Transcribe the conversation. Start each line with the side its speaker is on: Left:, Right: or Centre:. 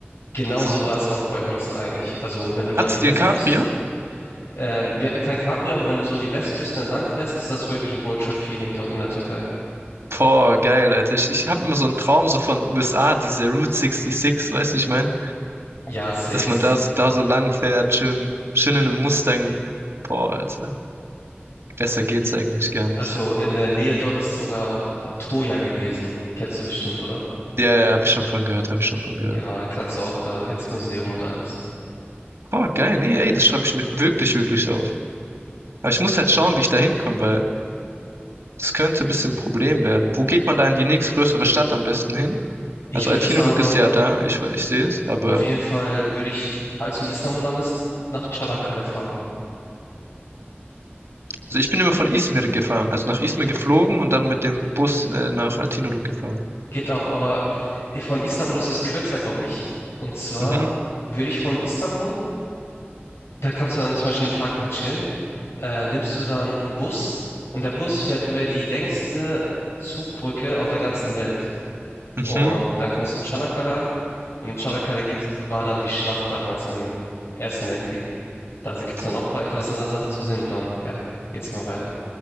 Left: Genau
Right: so
Left: so war es auch bei uns eigentlich. Also wenn du
Right: hat
Left: da die
Right: sie dir
Left: Westküste,
Right: ein Cabrio?
Left: ähm, wir hatten kein Capri, aber wenn du so die Westküste entlang fährst, ist das wirklich ein Roadtrip-Feeling dort in der Türkei.
Right: Boah, geil, Alter. Ich, ich habe immer so einen Traum so von USA, diese Route 66, weißt du, wie ich meine?
Left: Ja, safe,
Right: dass
Left: safe.
Right: man da, so- da so lang fährt, schön, schön in einem Mustang. Boah, Alter. Besser geht's eigentlich gar nicht.
Left: Also in der Nähe dort ist sogar auch äh, Troja gewesen. Kennst du bestimmt, oder?
Right: Ja, ja, habe ich schon von gehört, habe ich schon von gehört.
Left: Genau, da kannst du auch da ins Museum und alles.
Right: Boah, geil, nee, ey, das schreibe ich mir wirklich, wirklich auf. Aber ich muss halt schauen, wie ich da hinkomme, weil das könnte ein bisschen ein Problem werden. Wo geht man da in die nächstgrößere Stadt am besten hin?
Left: Ich
Right: Also
Left: würde
Right: Altinoluk
Left: sagen,
Right: ist ja da, ich, ich sehe es, aber
Left: auf jeden Fall würde ich, falls du in Istanbul landest, nach Çanakkale fahren.
Right: also ich bin immer von Izmir gefahren, also nach Izmir geflogen und dann mit dem Bus äh, nach Altinoluk gefahren.
Left: Geht auch, aber von Istanbul ist es kürzer, glaube ich. Und zwar
Right: Mhm,
Left: würde ich von Istanbul, da kannst du dann zum Beispiel einen Tag lang chillen, äh, nimmst du dann einen Bus und der Bus fährt über die längste Zugbrücke auf der ganzen Welt.
Right: mhm.
Left: Und dann kommst du in Tschanakala an. Und in Tschanakala gibt's, war dann die Schlacht damals im Ersten Weltkrieg. Da gibt es dann
Right: Boah.
Left: auch ein paar interessante Sachen zu sehen und dann, ja, geht's immer weiter.